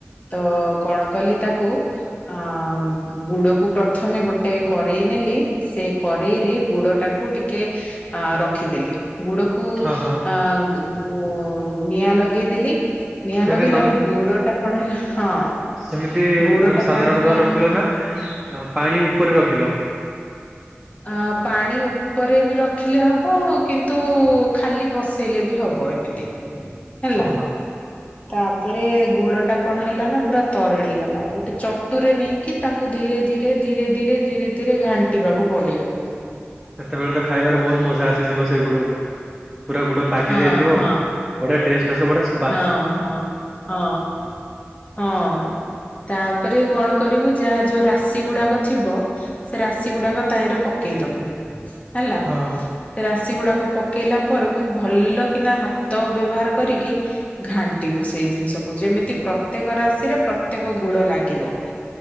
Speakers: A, on the left; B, in the centre.
A: ତ କଣ କଲି ତାକୁ ଆ ଗୁଡକୁ ପ୍ରଥମେ ଗୋଟେ କରେଇ ନେଲି ସେ କରେଇରେ ଗୁଡ ଟାକୁ ଟିକେ ଆ ରଖିଦେଲି ଗୁଡ଼କୁ ନିଆଁ
B: ହଁ ହଁ।
A: ଲଗେଇଦେଲି। ନିଆଁ
B: ସେମିତି
A: ଲଗେଇଲାରୁ
B: ନ
A: ଗୁଡଟା କଣ ହେଲା ହଁ।
B: ସେମିତି
A: ଗୁଡ
B: ମାନେ
A: ଟା
B: ସାଧାରଣତଃ
A: କଣ ହେଲା
B: ରଖିଲ ନା ପାଣି ଉପରେ ରଖିଲ?
A: ଆ ପାଣି ଉପରେ ବି ରଖିଲେ ହବ କିନ୍ତୁ ଖାଲି ବସେଇଲେ ବି ହବ ଏମିତି? ହେଲା।
B: ଓହୋ
A: ତାପରେ ଗୁଡ଼ଟା କଣ ହେଲା ନା ପୁରା ତରଳି ଗଲା ଗୁଟେ ଚଟୁରେ ନେଇ କି ତାକୁ ଧୀରେ ଧୀରେ ଧୀରେ ଧୀରେ ଧୀରେ ଧୀରେ ଘାଣ୍ଟିବାକୁ ପଡି଼ବ।
B: ସେତେବେଳେ ତ ଖାଇବାରେ ବହୁତ ମଜା ଆସିଯିବ ସେଇ ଗୁଡ଼କୁ ପୁରା ଗୁଡ଼ ପାଗି
A: ହଁ
B: ଯାଇଥିବ।
A: ହଁ
B: ବଢିଆ ଟେଷ୍ଟ ଆସେ ବଢିଆ ସ୍ମେ
A: ହଁ ହଁ ହଁ ହଁ। ତାପରେ କଣ କରିବୁ ଯାହା ଯୋଉ ରାଶି ଗୁଡ଼ାକ ଥିବ। ସେ ରାଶି ଗୁଡ଼ାକ ତାହିଁରେ ପକେଇଦବୁ ହେଲା।
B: ହଁ
A: ସେ ରାଶି ଗୁଡାକ ପକେଇଲା ପରକୁ ଭଲ କିନା ହାତ ବ୍ୟବହାର କରିକି ଘାଣ୍ଟିବୁ ସେଇ ଜିନିଷକୁ ଯେମିତି ପ୍ରତ୍ୟେକ ରାଶିରେ ପ୍ରତ୍ୟେକ ଗୁଡ଼ ଲାଗିବ।